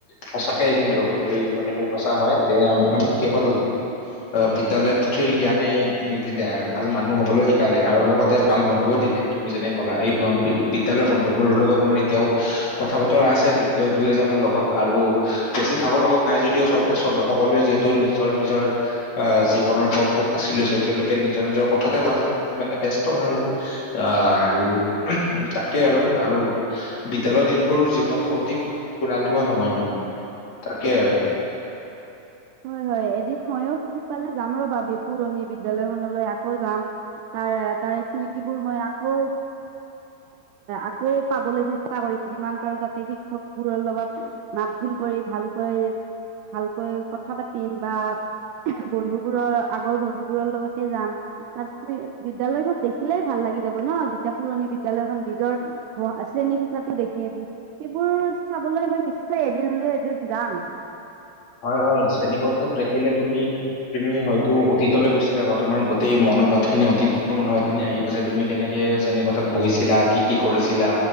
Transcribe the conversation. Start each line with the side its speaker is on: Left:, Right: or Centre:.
Left: সঁচাকেই কিন্তু এই কথাটো সঁচা হয় যে আমাক কেৱল অ' বিদ্যালয় পুথিৰ জ্ঞানেই নিদিলে, ভাল মানুহ হবলৈও শিকালে আৰু লগতে ভাল বন্ধুও দিলে তুমি যেনে ক'লা। এই বিদ্যালয়ৰ বন্ধুবোৰৰ লগত মই এতিয়াও কথা আছে দুই এজনৰ লগত আৰু বেছিভাগৰ লগত নাই যদিও চবে চব সকলোৱে যিহেতু টো নিজৰ নিজৰ আহ জীৱনৰ পথবোৰ বাছি লৈছে তেওঁলোকে নিজৰ নিজৰ পথতে মানে ব্যস্ত আৰু। আহ আৰু তাকে আৰু আৰু বিদ্যালয় দিনবোৰ যি জীবনটো অতি সোণালীময় সময় মানে। তাকে আৰু
Right: হয়, হয়। এদিন ময়ো সুযোগ পালে যাম ৰ'বা পুৰণি বিদ্যালয়খনলৈ। আকৌ যাম। তাৰে তাৰ স্মৃতিবোৰ মই আকৌ আকৌ পাবলৈ চেষ্টা কৰিম। যিমান পাৰো তাতে শিক্ষকবোৰৰ লগত মাত বোল কৰি ভালকৈ ভালকৈ কথা পাতিম। বা বন্ধু বোৰৰ আগৰ বন্ধু বোৰৰ লগতে যাম। তাত বিদ্যালয়খন দেখিলেই ভাল লাগি যাব ন। যেতিয়া পুৰণি বিদ্যাযলয়খন নিজৰ পঢ়া শ্ৰেণী কোঠাতো দেখিম সেইবোৰ চাবলৈ মই নিশ্চয় এদিন হ'লেও এদিন যাম
Left: হয় হয় শ্ৰেণীক কোঠাটো দেখিলে তুমি তুমি হয়তো অতীতলৈ গুচি যাবা তোমাৰ গোটেই মনোভাৱ খিনি অতীতৰ মনোভাৱ খিনি আহিব যে তুমি কেনেকে শ্ৰেণীৰ কোঠাত বহিছিলা কি কি কৰিছিলা